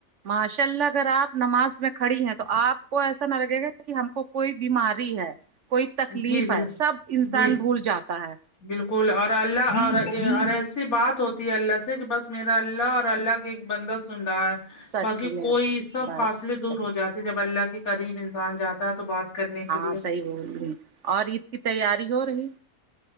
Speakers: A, on the right; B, on the left.
A: ماشاء اللہ اگر آپ نماز میں کھڑی ہیں تو آپ کو ایسا نہ لگے گا کہ ہم کو کوئی بیماری ہے کوئی تکلیف
B: جی
A: ہے
B: بل
A: سب انسان
B: جی
A: بھول جاتا ہے
B: بالکل اور اللہ اور اور ایسی بات ہوتی ہے اللہ سے کہ بس میرا اللہ اور اللہ ایک بندہ سن رہا ہے
A: سچی
B: باقی
A: میں
B: کوئی سب
A: بس
B: فاصلے دور ہو جاتے جب اللہ کے قریب انسان جاتا ہے تو بات کرنے
A: ہاں
B: کے لیے
A: صحیح بول رہی اور عید کی تیاری ہو رہی